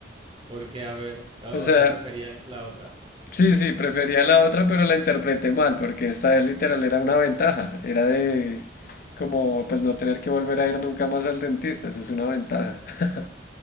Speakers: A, on the right; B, on the left.
A: Porque, a ver, o,
B: O sea,
A: o sea, preferías la otra.
B: sí, sí, prefería la otra, pero la interpreté mal, porque esta literal era una ventaja. Era de como pues no tener que volver a ir nunca más al dentista, eso es una ventaja. <laughs>